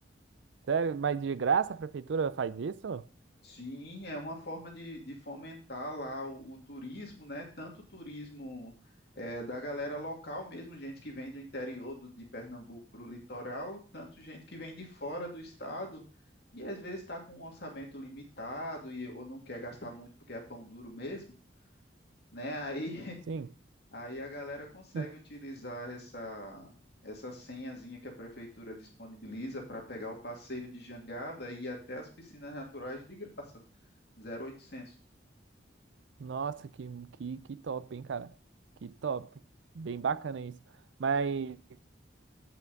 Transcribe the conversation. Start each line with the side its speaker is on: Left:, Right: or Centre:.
Right: Sério? Mas de graça a prefeitura faz isso?
Left: Sim, é uma forma de, de fomentar lá o, o turismo, né? Tanto o turismo eh, da galera local mesmo, gente que vem do interior do- de Pernambuco para o litoral, tanto gente que vem de fora do estado e às vezes está com um orçamento limitado e, ou não quer gastar muito porque é pão duro mesmo, né? Aí, <laughs>
Right: Sim.
Left: aí a galera consegue
Right: <laughs> Hum.
Left: utilizar essa, essa senhazinha que a prefeitura disponibiliza para pegar o passeio de jangada e ir até as piscinas naturais de graça zero oitocentos
Right: Nossa, que, que, que top, hein, cara? Que top. Bem bacana isso. Mas.